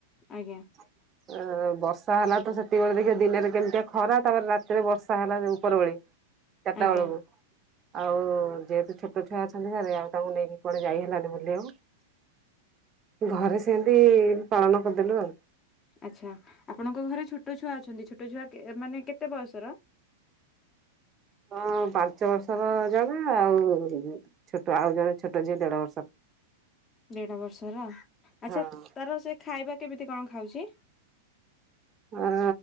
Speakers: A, on the left; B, on the right.
A: ଆଜ୍ଞା
B: ହ <unintelligible> ଅ ବର୍ଷା ହେଲା ତ ସେତିକବେଳେ ଦେଖିବା ଦିନରେ କେମିତିଆ ଖରା ତାପରେ ରାତିରେ ବର୍ଷା ହେଲା ଉପର ଭଳି ଚାରିଟା
A: ଆଜ୍ଞା
B: ବେଳକୁ ଆଉ ଯେହେତୁ ଛୋଟ ଛୁଆ ଅଛନ୍ତି ସରେ ଆଉ ତାଙ୍କୁ ନେଇକି କୁଆଡେ ଯାଇହ ହେଲାନି ବୋଲି ଆଉ ଘରେ ସେମତି ପାଳନ କରିଦେଲୁ ଆଉ
A: ଆଚ୍ଛା ଆପଣଙ୍କ ଘରେ ଛୋଟ ଛୁଆ ଅଛନ୍ତି ଛୋଟ ଛୁଆ କେ ମାନେ କେତେ ବୟସର?
B: ହଁ ପାଞ୍ଚ ବର୍ଷର ଜଣ ଆଉ ଛୋଟ ଆଉ ଜଣେ ଛୋଟ ଯିଏ ଦେଢ ବର୍ଷର
A: ଦେଢ ବର୍ଷର ଆଚ୍ଛା
B: ହଁ
A: ତାର ସେ ଖାଇବା କେମିତି କଣ ଖାଉଛି
B: ଅ